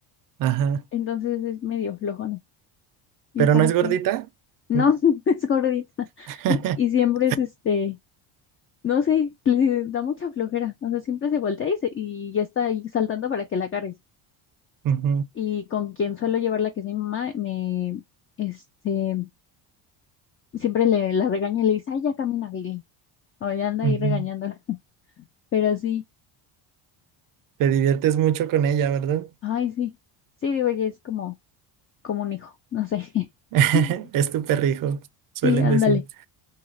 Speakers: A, on the right (about 45°); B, on the left (about 30°).
A: Ajá.
B: Entonces es medio flojona. Y
A: Pero
B: para
A: no es
B: correr.
A: gordita.
B: No,
A: Mm.
B: <laughs> es gordita.
A: <laughs>
B: Y siempre es este, no sé, le da mucha flojera. O sea, siempre se voltea y, se- y ya está ahí saltando para que la cargue.
A: Ujú,
B: Y con quien suelo llevarla, que es mi mamá, me, este, siempre le, la regaña y le dice, ay, ya camina, Billy. O ya anda
A: ujú.
B: ahí regañándola. <laughs> Pero sí.
A: Te diviertes mucho con ella, ¿verdad?
B: Ay, sí. Sí, digo, ya es como, como un hijo, no sé.
A: <laughs>
B: <laughs>
A: Es tu perrijo, suelen
B: Sí, ándale.
A: decir.